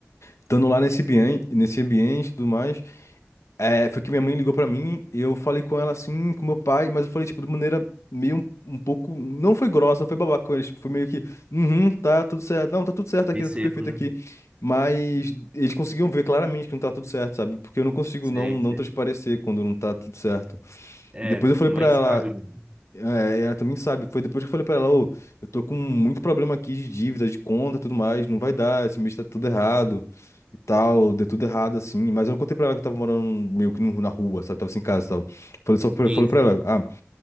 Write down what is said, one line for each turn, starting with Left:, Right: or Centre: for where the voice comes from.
Left: estando lá nesse ambiente, nesse ambiente e tudo mais. É, foi que minha mãe ligou pra mim e eu falei com ela assim, com meu pai, mas eu falei, tipo, de maneira meio um, um pouco. Não foi grossa, não foi babaca com eles, tipo, foi meio que, uhum, tá tudo certo, não, tá tudo certo aqui,
Right: E
Left: tá
Right: seco,
Left: tudo perfeito
Right: né?
Left: aqui. Mas eles conseguiam ver claramente que não tá tudo certo, sabe? Porque eu não consigo
Right: Sei,
Left: não, não
Right: sei.
Left: transparecer quando não tá tudo certo.
Right: É,
Left: E depois eu falei
Right: mãe
Left: pra ela,
Right: sabe. mesmo.
Left: é, ela também sabe. Foi depois que eu falei pra ela, ô, eu tô com muito problema aqui de dívida, de conta e tudo mais, não vai dar, esse mês tá tudo errado e tal, deu tudo errado assim. Mas eu não contei pra ela que eu tava morando meio que no- na rua, sabe? Tava sem casa e tal. Falei só pra,
Right: Sim,
Left: falei pra
Right: sim,
Left: ela, ah,